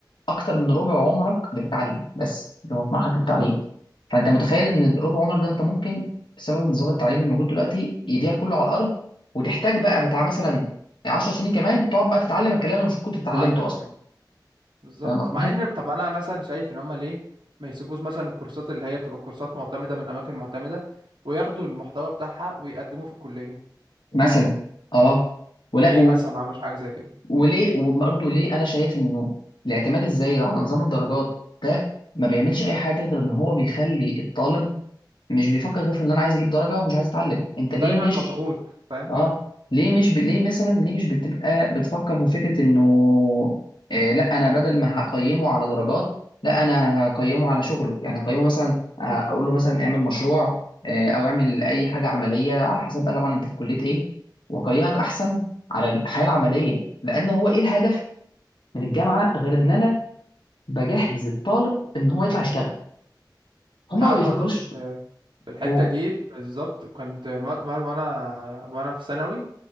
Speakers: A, on the left; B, on the right.
A: اكتر من ربع عمرك بتتعلم بس اللي هو في مرحله
B: بالظبط
A: التعليم فانت متخيل ان ربع عمرك ده انت ممكن بسبب نظام التعليم الموجود دلوقتي يضيع كله على الارض وتحتاج بقى بتاع مثلا 10 سنين كمان تقعد بقى تتعلم الكلام اللي المفروض كنت اتعلمته
B: علم
A: اصلا
B: تاني بالظبط
A: فاهم قصدي؟
B: مع ان طب انا مثلا شايف ان هما ليه ما يشوفوش مثلا الكورسات اللي هي بتبقى كورسات معتمده من اماكن معتمده وياخدوا المحتوى بتاعها ويقدموه في الكليه
A: مثلا اه ولا
B: ليه مثلا ما عملوش حاجه زي كده
A: وليه وبرضه ليه انا شايف انه الاعتماد الزايد على نظام الدرجات ده ما بيعملش اي حاجه غير ان هو بيخلي الطالب مش بيفكر غير في ان انا عايز اجيب درجه ومش عايز اتعلم انت ليه
B: دايما
A: مش
B: مضغوط فاهم
A: اه ليه مش ب... ليه مثلا ليه مش بتبقى بتفكر في فكره انه آه لا انا بدل ما هقيمه على درجات لا انا هقيمه على شغله يعني هقيمه مثلا آه، اقول له مثلا اعمل مشروع آه او اعمل اي حاجه عمليه على حسب بقى طبعا انت في كليه ايه واقيمك احسن على الحياه العمليه لان هو ايه الهدف من الجامعه غير ان انا بجهز الطالب ان هو يطلع يشتغل هم
B: انت
A: ما
B: عارف
A: بيفكروش
B: برضه في ال-
A: في-
B: في الحته
A: و-
B: دي بالظبط كنت ما- ما- وانا وانا في ثانوي